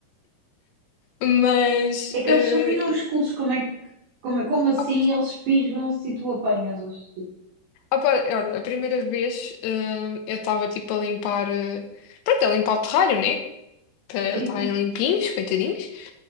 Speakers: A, on the left; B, on the right.
A: <laughs> Mas
B: É que
A: eh,
B: eles são minúsculos. Como é, que- como, é- como assim
A: Ah,
B: eles pisam-se e tu apanhas-os? Tipo,
A: ah, pá, olha, a primeira vez eh, eu estava tipo a limpar, eh, pronto, a limpar o terrário, né? Para eles
B: sim,
A: estarem
B: sim.
A: limpinhos, coitadinhos.